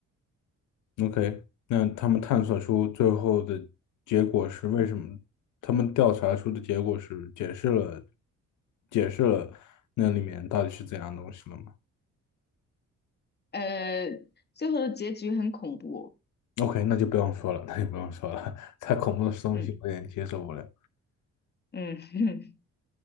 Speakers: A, on the left; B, on the left.
A: OK，那他们探索出最后的结果是为什么？他们调查出的结果是解释了，解释了那里面到底是怎样东西了吗
B: 呃，最后的结局很恐怖，
A: ？OK，那就不用说了，那就不用说了，<laughs> 太恐怖的东西我有点接受不了。
B: 嗯嗯 <laughs>